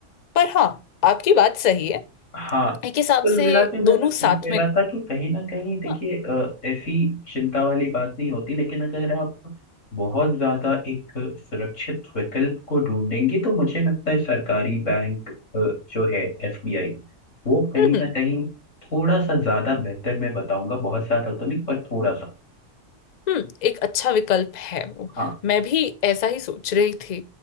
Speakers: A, on the left (about 55°); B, on the left (about 75°).
A: पर हाँ आपकी बात सही है
B: हाँ
A: एक हिसाब
B: कुल
A: से
B: मिला के मैं
A: दोनों
B: बस ये
A: साथ
B: कह
A: में
B: रहा था कि कहीं ना कहीं देखिए
A: हाँ,
B: अ, ऐसी चिंता वाली बात नहीं होती लेकिन अगर आप बहुत ज्यादा एक सुरक्षित विकल्प को ढूंढेंगे तो मुझे लगता है सरकारी बैंक अ, जो है एसबीआई वो कहीं
A: हम्म
B: ना
A: हम्म
B: कहीं थोड़ा सा ज्यादा बेहतर मैं बताऊंगा बहुत ज्यादा तो नहीं पर थोड़ा सा
A: हम्म, एक अच्छा विकल्प है वो
B: हाँ
A: मैं भी ऐसा ही सोच रही थी